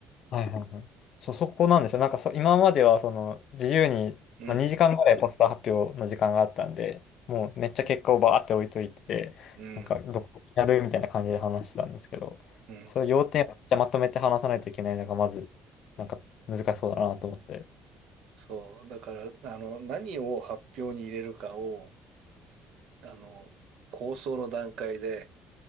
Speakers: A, on the left; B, on the right.
A: はいはいはい。そう、そこなんですよ。なんかそ、今まではその自由に、
B: うん、
A: まあ、2時間ぐらいポスター発表の時間があったんで、もうめっちゃ結果をバーって置いといて、
B: うん、
A: なんかどこにやるみたいな感じで話してたんですけど、
B: うん。
A: そういう要点をめっちゃまとめて話さないといけないのがまず、なんか難しそうだなと思って。
B: そう。だから、あの、何を発表に入れるかを、あの、構想の段階で